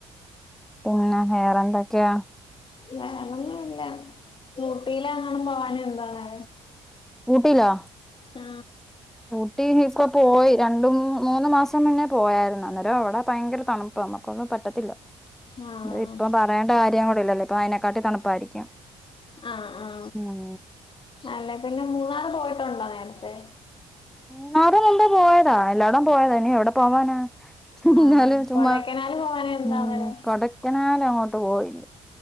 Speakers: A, in the centre; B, on the left.
A: പിന്നെ വെറെ എന്തൊക്കെയാ
B: വേറൊന്നു ഇല്ല ഊട്ടിയിലങ്ങാനം പോവാഞ്ഞെ. ന്താണ്
A: ഊട്ടിലോ
B: ആ
A: ഊട്ടിയിപ്പോ പോയി രണ്ടു മൂന്ന് മൂന്ന്‌ മാസം മുന്നേ പോയായിരുന്നു അന്നേരം അവിടെ ഭയങ്കര തണുപ്പ നമ്മുക്കൊന്നും പറ്റത്തില്ല
B: ആഹ്
A: അ ഇപ്പം പറയേണ്ട കാര്യം കൂടി ഇല്ലല്ലേ ഇപ്പ അയ്ന കാട്ടി തണുപ്പായിരിക്കും
B: ആ ആ
A: ഉം
B: അല്ല പിന്നെ മൂന്നാർ പോയ ട്ടണ്ടോ നേരത്തെ
A: മൂന്നാറ് മുമ്പേ പോയതാ എല്ലാടം പോയതാ ഇനി എവിടെ പോവാനാ
B: ആ
A: എന്നാലും ചുമ്മാ
B: കൊടൈക്കനാൽ പോവാൻ എന്താ
A: ഊം
B: അന്നേരം
A: കൊടക്കനാലങ്ങോ ട്ട് പോയില്ലെ